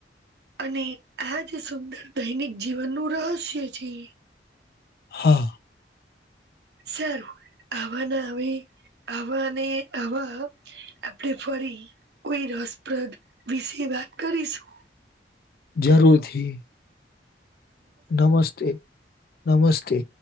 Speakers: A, on the right; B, on the left.
A: અને આ જ, સુંદર દૈનિક જીવનનું રહસ્ય છે.
B: હા
A: સારું, આવાના આવી આવાને આવા આપણે ફરી કોઈ રસપ્રદ વિશે વાત કરીશું.
B: જરૂરથી નમસ્તે નમસ્તે